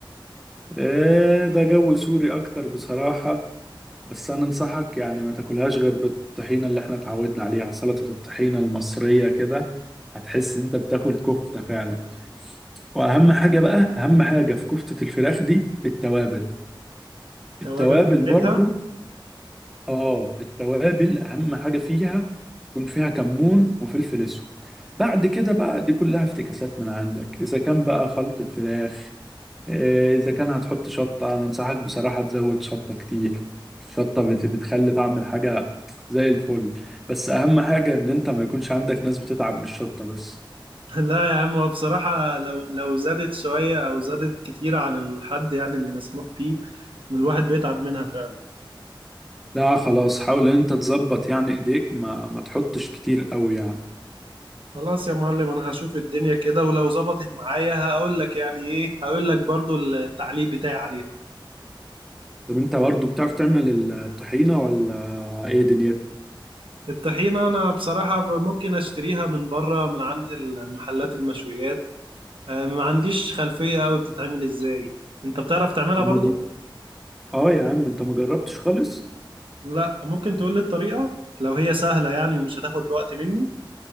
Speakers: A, in the centre; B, on the right (about 80°).
A: ايه ده جو سوري اكتر بصراحه بس انا انصحك يعني ما تاكلهاش غير بالطحينه اللي احنا اتعودنا عليها سلطه الطحينه المصريه كده هتحس انت بتاكل كفته فعلا واهم حاجه بقى اهم حاجه في كفته الفراخ دي التوابل
B: التوابل
A: التوابل
B: بتاعتها
A: برضو اه التوابل اهم حاجه فيها يكون فيها كمون وفلفل اسود بعد كده بقى دي كلها افتكاسات من عندك اذا كان بقى خلطه فراخ آه، اذا كان هتحط شطه انا انصحك بصراحه تزود شطه كتير الشطه بت- بتخلي طعم الحاجه زي الفل بس اهم حاجه ان انت ما يكونش عندك ناس بتتعب من الشطه بس
B: <laughs> لا يا عم هو بصراحه لو لو زادت شويه او زادت كتير عن الحد يعني اللي مسموح بيه من الواحد بيتعب منها فعلا
A: لا خلاص حاول ان انت تظبط يعني ايديك ما ما تحطش كتير قوي يعني
B: خلاص يا معلم انا هشوف الدنيا كده ولو ظبطت معايا هقول لك يعني ايه هقول لك برضو التعليق بتاعي عليها
A: طب انت برضو بتعرف تعمل الطحينة ولا ايه دنيتك
B: الطحينه انا بصراحه ممكن اشتريها من بره من عند المحلات المشويات آه، ما عنديش خلفية قوي بتتعمل ازاي انت بتعرف تعملها
A: طب
B: برضو
A: ما ج- اه يا عم انت ما جربتش خالص
B: لا ممكن تقول لي الطريقة لو هي سهلة يعني ومش هتاخد وقت مني